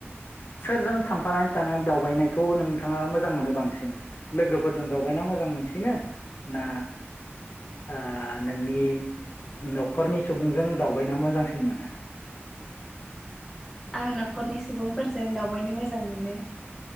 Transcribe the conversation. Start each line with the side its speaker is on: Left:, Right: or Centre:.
Left: सोरजों थांफानानै थानानै दावबायनायखौ नोंथाङा मोजां मोनो बांसिन लोगोफोरजों दावबायना मोजां मोनसिनो ना ओ नोंनि न'खरनि? सुबुंजों दावबायना मोजांसिन मोनो।
Centre: आं न'खरनि सुबुंफोरजों दावबायनो मोजां मोनो।